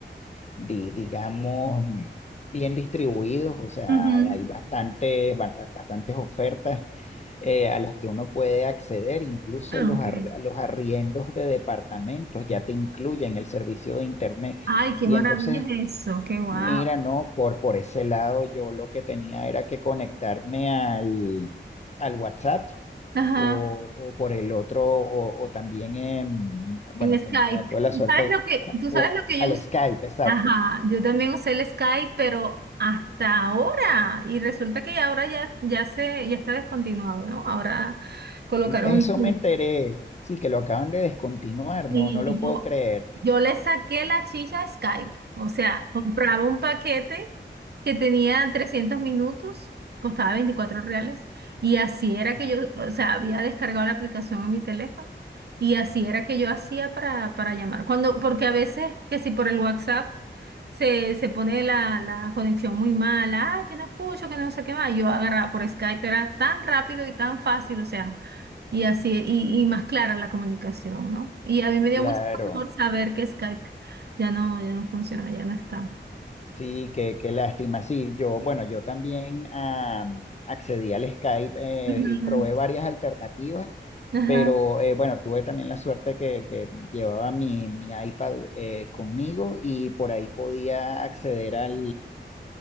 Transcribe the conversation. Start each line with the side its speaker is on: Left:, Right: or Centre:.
Left: di- digamos, bien distribuidos, o sea,
Right: Ujú.
Left: hay hay bastante, bata- bastantes ofertas eh, a las que uno puede acceder, incluso
Right: Ah,
Left: los,
Right: ok.
Left: ar- los arriendos de departamentos ya te incluyen el servicio de internet.
Right: Ay, qué
Left: Y
Right: maravilla
Left: entonces,
Right: es eso, qué guau.
Left: mira, no, por, por ese lado yo lo que tenía era que conectarme al, al WhatsApp.
Right: Ajá,
Left: O, o por el otro, o, o también, em, bueno,
Right: en Skype.
Left: tenía toda la
Right: ¿Tú
Left: suerte,
Right: sabes lo que,
Left: ah,
Right: tú
Left: o
Right: sabes lo que
Left: al
Right: yo usé?
Left: Skype, exacto.
Right: Ajá, yo también usé el Skype, pero hasta ahora. Y resulta que ahora ya, ya se, ya está descontinuado, ¿no? Ahora colocaron
Left: Eso me enteré. Sí, que lo acaban de descontinuar,
Right: Y
Left: no, no lo puedo
Right: yo,
Left: creer.
Right: yo le saqué la chicha a Skype. O sea, compraba un paquete que tenía 300 minutos, costaba 24 reales. Y así era
Left: Ajá,
Right: que yo, o sea, había descargado la aplicación en mi teléfono. Y así era que yo hacía para, para llamar. Cuando, porque a veces, que si por el WhatsApp se, se pone la, la conexión muy mala, ah, que no escucho, que no sé qué más. Yo agarraba por Skype, era tan rápido y tan fácil, o sea. Y así, y, y más clara la comunicación, ¿no? Y a mí me dio
Left: claro.
Right: mucho dolor saber que Skype ya no, ya no funciona, ya no está.
Left: Sí, qué, qué lástima. Sí, yo, bueno, yo también ah, accedí al Skype, eh,
Right: Ujú,
Left: y probé varias alternativas,
Right: Ajá.
Left: pero eh, bueno, tuve también la suerte que, que llevaba mi, mi iPad eh, conmigo y por ahí podía acceder al,